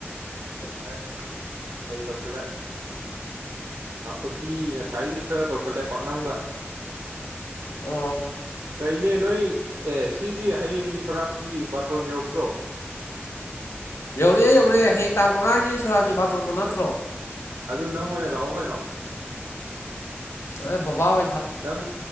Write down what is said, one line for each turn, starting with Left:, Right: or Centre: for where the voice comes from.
Left: ꯎ
Right: ꯑ ꯑꯩ ꯇꯧꯁꯜꯦ ꯎꯇꯤ ꯉꯁꯥꯏꯒꯤ ꯈꯔ ꯇꯧꯁꯜꯂꯦ ꯄꯥꯛꯅꯝꯒ
Left: ꯑꯣ
Right: ꯅꯦ ꯅꯣꯏ ꯑꯦ ꯁꯤꯒꯤ ꯍꯌꯦꯡꯒꯤ ꯁꯣꯔꯥꯛꯀꯤ ꯕꯥꯇꯣꯟ ꯌꯧꯔꯛꯇ꯭ꯔꯣ
Left: ꯌꯧꯔꯛꯑꯦ ꯌꯧꯔꯛꯑꯦ ꯍꯌꯦꯡ ꯇꯥꯡ ꯃꯉꯥꯒꯤ ꯁꯣꯔꯥꯠꯀꯤ ꯕꯥꯇꯣꯟꯗꯣ ꯅꯠꯇ꯭ꯔꯣ
Right: ꯑꯗꯨ ꯅꯪ ꯑꯣꯏꯅ ꯂꯥꯛꯑꯣ ꯀꯩꯅꯣ
Left: ꯑ ꯄꯕꯥ
Right: ꯅꯪ